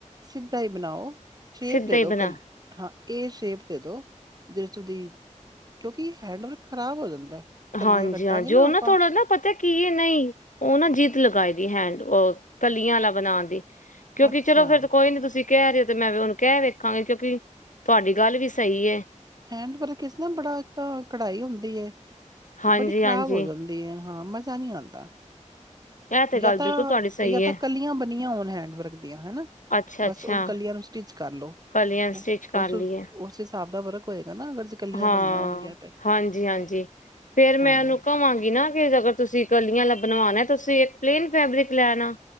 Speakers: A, on the right (about 30°); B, on the left (about 75°).
A: ਸਿੱਧਾ ਹੀ ਬਣਾਓ ਸ਼ੇਪ
B: ਸਿੱਧਾ
A: ਦੇ
B: ਹੀ
A: ਦੋ
B: ਬਣਾ
A: ਕੱਲੀ ਹ ਇਹ ਸੇ਼ਪ ਦੇ ਦੋ ਜੇ ਤੁਸੀਂ ਕਿਉਂਕਿ ਹੈਂਡ ਵਰਕ ਖਰਾਬ ਹੋ ਜਾਂਦਾ ਕਲੀਆਂ
B: ਹਾਂਜੀ
A: ਕੱਟਾਂਗੇ
B: ਹਾਂ ਜੋ
A: ਆਪਾਂ,
B: ਨਾ ਥੋੜਾ ਨਾ ਪਤਾ ਕੀ ਨਹੀਂ ਉ ਨਾਂ ਜ਼ਿਦ ਲਗਾ ਦੀ ਹੈਂਡ ਉਹ ਕਲੀਆਂ ਵਾਲਾ ਬਣ ਦੇ ਕਿਉਂਕਿ
A: ਅੱਛਾ।
B: ਚਲੋ ਫਿਰ ਕੋਈ ਨਹੀਂ ਤੁਸੀਂ ਕਹਿ ਰਹੇ ਤੇ ਮੈਂ ਵੀ ਉਹਨੂੰ ਕਹਿ ਵੇਖਾਗੇ ਕਿਉਂਕਿ ਤੁਹਾਡੀ ਗੱਲ ਵੀ ਸਹੀ ਏ।
A: ਹੈਂਡ ਵਰਕ ਇਸ ਨਾ ਬੜਾ ਏਕ ਤਾਂ ਕੜਾਈ ਹੁੰਦੀ ਹੈ
B: ਹਾਂਜੀ
A: ਬੜੀ ਖ਼ਰਾਬ
B: ਹਾਂਜੀ
A: ਹੋ ਜਾਂਦੀ ਐ ਹਾਂ ਮਜ਼ਾ ਨੀ ਆਂਦਾ
B: ਇਹ ਤੇ
A: ਯਾ
B: ਗੱਲ
A: ਤਾਂ,
B: ਬਿਲਕੁਲ ਤੁਹਾਡੀ ਸਹੀ
A: ਯਾ
B: ਹੈ
A: ਤਾਂ ਕਲੀਆਂ ਬਣੀਆਂ ਹੋਣ ਹੈਂਡ ਵਰਕ ਦੀਆਂ ਹਨਾ,
B: ਅੱਛਾ
A: ਬੱਸ
B: ਅੱਛਾ
A: ਓ ਕਲੀਆਂ ਨੂੰ ਸਟਿੱਚ ਕਰਲੋ
B: ਕਲੀਆਂ ਸਟਿਚ
A: ਓ
B: ਕਰ
A: ਓਸ
B: ਲਈਏ
A: ਓਸ ਹਿਸਾਬ ਦਾ ਵਰਕ ਹੋਏਗਾ ਨਾ ਅਗਰ ਜੇ ਕਲੀਆਂ
B: ਹਾਂ,
A: ਬਣੀਆਂ ਹੋਣਗੀਆਂ ਤੇ।
B: ਹਾਂਜੀ ਹਾਂਜੀ, ਫੇਰ ਮੈਂ
A: ਹਾਂ,
B: ਓਹਨੂੰ ਕਵਾਂਗੀ ਨਾ ਫੇਰ ਅਗਰ ਤੁਸੀਂ ਕਲੀਆਂ ਆਲਾ ਬਣਵਾਣਾ ਤੁਸੀਂ ਪਲੇਨ ਫੈਬਰਿਕ ਲੈਨਾ